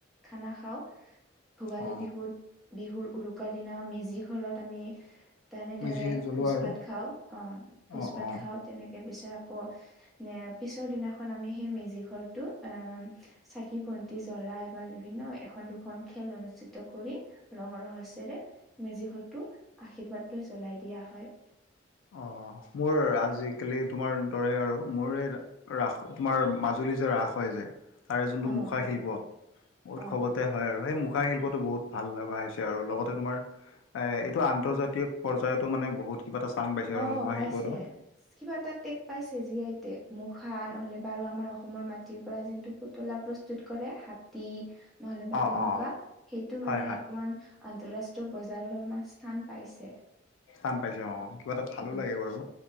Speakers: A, in the centre; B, on the left.
A: খানা খাওঁ, ভোগালী
B: অ
A: বিহুত বিহুৰ উৰুকা দিনা মেজি ঘৰত আমি তেনেদৰে
B: মেজি জ্বলোৱা
A: ভোজ
B: আৰু
A: ভাত খাওঁ অ', ভোজ
B: অ
A: ভাত
B: অ
A: খাওঁ। তেনেকে পিছত আকৌ নে পিছৰ দিনাখন আমি সেই মেজিঘৰটো এ চাকি বন্তি জ্বলাই বা বিভিন্ন এখন, দুখন খেল অনুষ্ঠিত কৰি ৰং ৰহচেৰে মেজি ঘৰটো আশীৰ্বাদ লৈ জ্বলাই দিয়া হয়।
B: অঁ মোৰ আজিকালি তোমাৰ তৰে আৰু মোৰ এই ৰাস তোমাৰ মাজুলী যে ৰাস হয় যে তাৰে যোনটো
A: অ
B: মুখাশিল্প
A: হয়
B: উৎসৱত
A: অ
B: তে হয় আৰু সেই মুখাৰ শিল্পটো বহুত ভাল লগা হৈছে আৰু লগতে তোমাৰ এ এইটো আন্তজাতীয় পৰ্যায়তো মানে বহুত কিবা এটা স্থান পাইছে
A: অ
B: আৰু মুখা
A: পাইছে
B: শিল্পতো।
A: কিবা এটা টেক পাইচো জী আই টেক, মুখা নহ'লে বা আৰু আমাৰ অসমৰ মা মাটিৰ পৰা যোনটো পুতলা প্ৰস্তুত কৰে হাত টি নহলে বা
B: অ
A: তেনেকুৱা
B: অ
A: সেইটো মানে
B: হয় হয়
A: অকমান আন্তঃৰাষ্ট্ৰীয় বজাৰৰ অলপমান স্থান পাইছে।
B: স্থান পাইছে অঁ কিবা এটা ভালো
A: অ
B: লাগে বাৰু